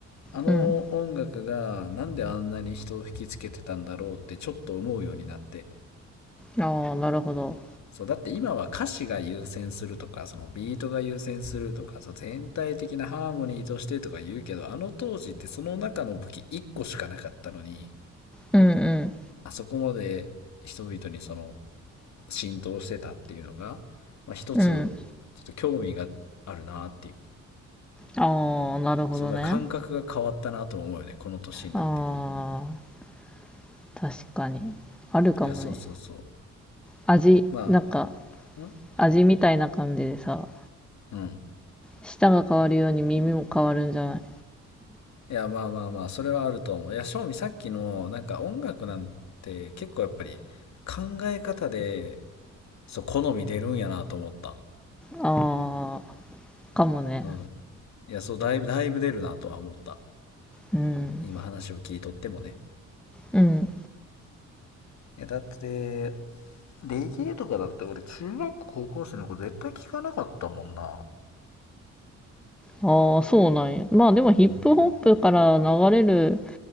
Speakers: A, on the left; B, in the centre.
A: あの音楽がなんであんなに人を引きつけてたんだろうってちょっと思うようになって
B: うんああなるほど
A: そうだって今は歌詞が優先するとかそのビートが優先するとかそう全体的なハーモニーとしてとか言うけどあの当時ってその中の武器1個しかなかったのに
B: うんう
A: あそこまで人々にその浸透してたっていうのが、まあ、一つちょ
B: んうん
A: っと興味があるなっていう
B: ああ、なるほどね。
A: そうだ感覚が変わったなと思うよねこの年になって
B: ああ、確かに。あるかもね。
A: いやそうそうそう
B: 味、
A: ま
B: なんか、
A: あん
B: 味みたいな感じでさ、
A: うん
B: 舌が変わるように耳も変わるんじゃない
A: いやまあまあまあそれはあると思ういや正味さっきのなんか音楽なんて結構やっぱり考え方でそう好み出るんやなと思った
B: ああ、かもね。
A: うんいやそうだいぶだいぶ出るなとは思った
B: うん。
A: 今話を聞いとってもね
B: うん。
A: えだってレゲエとかだって俺中学校高校生の子絶対聞かなかったもんな
B: ああ、そうなんや。まあでもヒップホップから流れる
A: うん